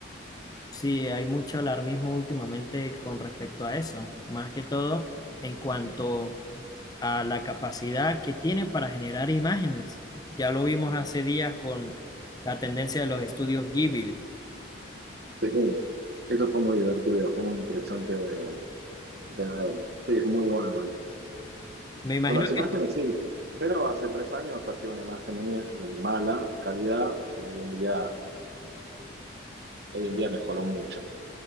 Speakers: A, on the left (about 20°); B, on the right (about 55°).
A: Sí, hay mucho alarmismo últimamente con respecto a eso, más que todo en cuanto a la capacidad que tiene para generar imágenes. Ya lo vimos hace días con la tendencia de los estudios Ghibli.
B: Sí, eso fue muy divertido, fue muy interesante de ver. Sí, es muy bueno.
A: Me imagino
B: Con las imágenes
A: que...
B: sí, pero hace tres años hacía una imagen de mía de mala calidad y hoy en día, hoy en día mejoró mucho.